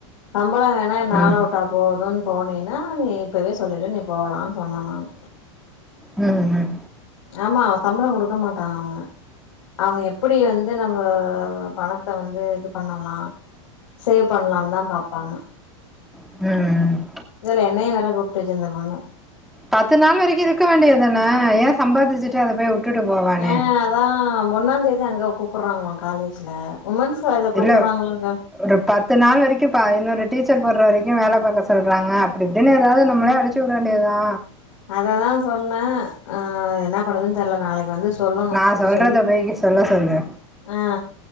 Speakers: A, on the left (about 80°); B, in the centre.
A: சம்பளோ வேணா என்ன
B: ம்
A: ஆள உட்டா போதுன் போனீனா நீ இப்பவே சொல்லீடு, நீ போலான்னு சொன்ன நானு
B: ம் ம்
A: ஆமா சம்பளோ குடுக்க மாட்டாங்க அவங்க! அவங்க எப்படி வந்து நம்ப பணத்த வந்து இது பண்ணலா சேவ் பண்லான் தா பாப்பாங்க!
B: ம் ம்
A: இதுல என்னையு வேற கூப்டுச்சு இந்த பொண்ணு
B: பத்து நாள் வரைக்கு இருக்க வேண்டியது தான ஏ சம்பாதிச்சிட்டு அத போயி உட்டுட்டு போவானே
A: ஆ அதா ஒன்னாந்தேதி அங்க கூப்பர்றாங்களா காலேஜ்ல உமன்ஸ் காலேஜ்ல கூப்பர்றாங்களாங்க
B: இல்ல ஒரு பத்து நாள் வரைக்கு பா இன்னொரு டீச்சர் போட்ற வரைக்கு வேல பாக்க சொல்றாங்க அப்டி இப்டின்னு எதாவது நம்மளே அடிச் சூட வேண்டியதா
A: அததா சொன்ன அ என்ன பண்ணுதுன்னு தெர்ல நாளைக்கு வந்து சொல்லணு
B: நா சொல்றத
A: சொல்லிப்பே
B: <unintelligible> சொல்ல சொல்லு
A: ஆ